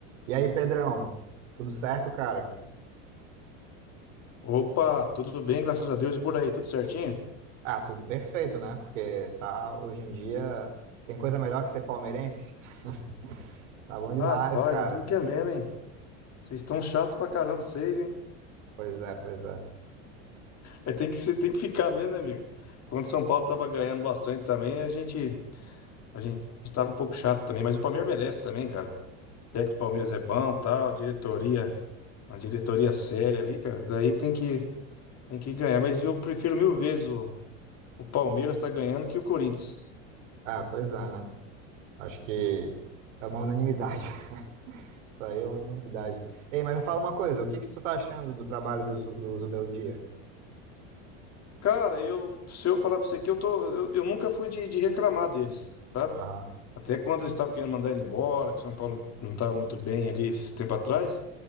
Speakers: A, on the right; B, on the left.
A: E aí, Pedrão, tudo certo, cara?
B: Opa, tudo bem, graças a Deus. E por aí, tudo certinho?
A: Ah, tudo perfeito, né? Porque tá, hoje em dia tem coisa melhor que ser palmeirense. <laughs> Tá bom demais,
B: Rapaz,
A: cara.
B: duro que é mesmo, hein? Vocês estão chato pra caramba, vocês, hein?
A: Pois é, pois é.
B: Mas tem que, se- tem que ficar mesmo, né, amigo? Quando o São Paulo tava ganhando bastante também, a gente, a gente tava um pouco chato também, mas o Palmeiras merece também, cara. O técnico do Palmeiras é bom, tal, diretoria, uma diretoria séria ali, cara. Daí tem que, tem que ganhar. Mas eu prefiro mil vezes o, o Palmeiras tá ganhando que o Corinthians.
A: Ah, pois é, né? Acho que é uma unanimidade. <laughs> Isso aí é uma unanimidade. Ei, mas me fala uma coisa, o que que tu tá achando do trabalho do, Zu- do Zubel Dia?
B: Cara, eu, se eu falar pra você que eu tô, eu, eu nunca fui de, de reclamar deles, sabe?
A: Aham,
B: Até quando eles estavam querendo mandar ele embora, que São Paulo não estava muito bem ali esse tempo atrás,